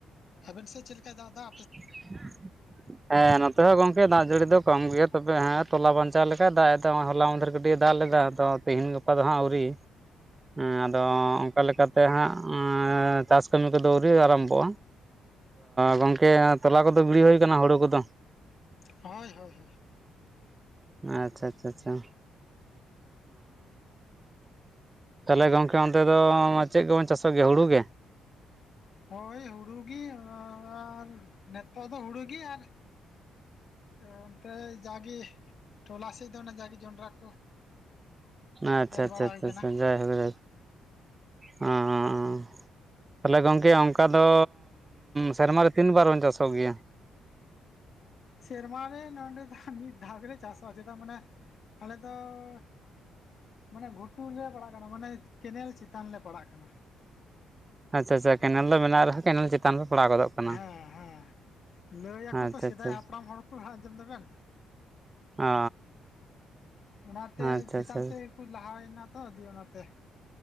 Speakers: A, on the left; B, on the right.
A: ᱟᱵᱮᱱ ᱥᱮᱱ ᱪᱮᱫ ᱞᱮᱠᱟᱭ ᱫᱟᱜ ᱫᱟ
B: <unintelligible> ᱦᱮᱸ ᱱᱚᱛᱮ ᱦᱚᱸ ᱜᱚᱝᱠᱮ ᱫᱟᱜ ᱡᱟᱹᱲᱤ ᱫᱚ ᱠᱚᱢ ᱜᱮᱭᱟ, ᱛᱚᱵᱮ ᱦᱮᱸ ᱛᱚᱞᱟ ᱵᱟᱧᱪᱟᱣ ᱞᱮᱠᱟᱭ ᱫᱟᱜ ᱮᱫᱟ ᱦᱚᱞᱟ ᱢᱟᱫᱷᱮᱨ ᱠᱟᱹᱴᱤᱡ ᱮ ᱫᱟᱜ ᱞᱮᱫᱟ ᱾ ᱛᱤᱦᱤᱧ ᱜᱟᱯᱟ ᱫᱚ ᱦᱟᱸᱜ ᱟᱹᱣᱨᱤ ᱮᱸ ᱟᱫᱚ ᱚᱱᱠᱟ ᱞᱮᱠᱟᱛᱮ ᱦᱟᱸᱜ ᱚᱸᱻᱚ ᱪᱟᱥ ᱠᱟᱹᱢᱤ ᱠᱚᱫᱚ ᱟᱹᱣᱨᱤ ᱟᱨᱟᱢᱵᱷᱚᱜᱼᱟ ᱜᱚᱢᱠᱮ ᱛᱚᱞᱟ ᱠᱚᱫᱚ ᱜᱤᱲᱤ ᱦᱩᱭ ᱠᱟᱱᱟ ᱦᱩᱲᱩ ᱠᱚᱫᱚ
A: ᱦᱳᱭ ᱦᱳᱭ ᱦᱳᱭ
B: ᱟᱪᱪᱷᱟ ᱟᱪᱪᱷᱟ ᱟᱪᱪᱷᱟ ᱾ᱦᱩᱸ ᱛᱟᱦᱚᱞᱮ ᱜᱚᱝᱠᱮ ᱚᱱᱛᱮ ᱫᱚ ᱪᱮᱫ ᱜᱮᱵᱚᱱ ᱪᱟᱥᱚᱜ ᱜᱮᱭᱟ ᱦᱩᱲᱩ ᱜᱮ?
A: ᱦᱳᱭ ᱦᱩᱲᱩᱜᱮ ᱟᱻᱟᱻᱨ ᱱᱤᱛᱚᱜ ᱫᱚ ᱦᱩᱲᱩᱜ ᱜᱮ ᱟᱨ ᱚ ᱚᱱᱛᱮ ᱡᱟᱜᱮ ᱴᱚᱞᱟ ᱥᱮᱫ ᱫᱚ ᱚᱱᱟ ᱡᱟᱜᱮ ᱡᱚᱱᱰᱨᱟ ᱠᱚ
B: ᱟᱪᱪᱷᱟ
A: ᱮᱨ
B: ᱟᱪᱪᱷᱟ
A: ᱵᱟᱲᱟ
B: ᱟᱪᱪᱷᱟ
A: ᱦᱩᱭ ᱟᱠᱟᱱᱟ
B: ᱟᱪᱷᱟ ᱡᱟᱭ ᱦᱳᱠ ᱡᱟᱭ ᱦᱳᱠ ᱚᱸᱻᱚᱸᱻᱚᱸ ᱛᱟᱦᱚᱞᱮ ᱜᱚᱝᱠᱮ ᱚᱱᱠᱟ ᱫᱚ ᱥᱮᱨᱢᱟ ᱨᱮ ᱛᱤᱱ ᱵᱟᱨ ᱵᱚᱱ ᱪᱟᱥᱚᱜ ᱜᱮᱭᱟ
A: ᱥᱮᱨᱢᱟ ᱨᱮ ᱱᱚᱸᱰᱮ ᱫᱚ ᱢᱤᱫ ᱫᱷᱟᱣ ᱜᱮᱞᱮ ᱪᱟᱥᱚᱜᱼᱟ ᱪᱮᱫᱟᱜ ᱢᱟᱱᱮ ᱟᱞᱮ ᱫᱚᱻᱚ ᱢᱟᱱᱮ ᱜᱷᱩᱴᱩ ᱨᱮᱞᱮ ᱯᱟᱲᱟᱜ ᱠᱟᱱᱟ ᱢᱟᱱᱮ ᱠᱮᱱᱮᱞ ᱪᱮᱛᱟᱱ ᱞᱮ ᱯᱟᱲᱟᱜ ᱠᱟᱱᱟ
B: ᱟᱪᱪᱷᱟ ᱟᱪᱪᱷᱟ ᱠᱮᱱᱮᱞ ᱫᱚ ᱢᱮᱱᱟᱜ ᱨᱮᱦᱚᱸ ᱠᱮᱱᱮᱞ ᱪᱮᱛᱟᱱ ᱯᱮ ᱯᱟᱲᱟᱣ ᱜᱚᱫᱚᱜ ᱠᱟᱱᱟ
A: ᱦᱮᱸ ᱦᱮᱸ ᱞᱟᱹᱭ ᱟᱠᱚ
B: ᱟᱪᱪᱷᱟ
A: ᱛᱚ ᱥᱮᱫᱟᱭ
B: ᱟᱪᱪᱷᱟ
A: ᱦᱟᱯᱲᱟᱢ ᱦᱚᱲ ᱠᱚ ᱟᱸᱡᱚᱢ ᱫᱟᱵᱮᱱ
B: ᱚ
A: ᱚᱱᱟᱛᱮ
B: ᱟᱪᱪᱷᱟ
A: ᱪᱮᱛᱟᱱ
B: ᱟᱪᱪᱷᱟ
A: ᱥᱮᱫ ᱞᱟᱦᱟᱣᱮᱱᱟ ᱛᱚ ᱫᱤᱭᱮ ᱚᱱᱟᱛᱮ